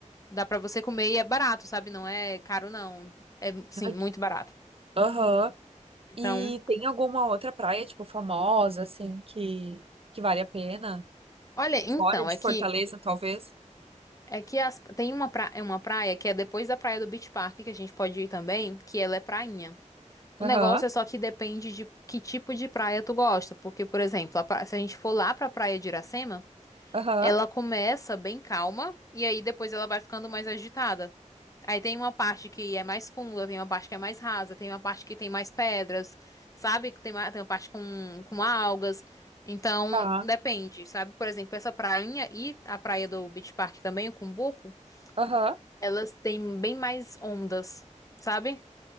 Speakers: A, on the left; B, on the right.
A: dá pra você comer e é barato, sabe? Não é caro, não. É, sim,
B: Ai,
A: muito barato.
B: Aham.
A: Então,
B: E tem alguma outra praia, tipo, famosa, assim, que, que vale a pena?
A: olha, então,
B: Fora de
A: é que
B: Fortaleza, talvez?
A: é que as- tem uma, pra, é uma praia que é depois da praia do Beach Park, que a gente pode ir também, que ela é prainha. O
B: Aham.
A: negócio é só que depende de que tipo de praia tu gosta. Porque, por exemplo, a pra- se a gente for lá pra praia de Iracema.
B: Aham.
A: Ela começa bem calma e aí depois ela vai ficando mais agitada. Aí tem uma parte que é mais funda, tem uma parte que é mais rasa, tem uma parte que tem mais pedras, sabe? Tem uma, tem uma parte com, com algas. Então,
B: Tá.
A: depende, sabe? Por exemplo, essa prainha e a praia do Beach Park também, o Cumbuco,
B: Aham.
A: elas têm bem mais ondas, sabe?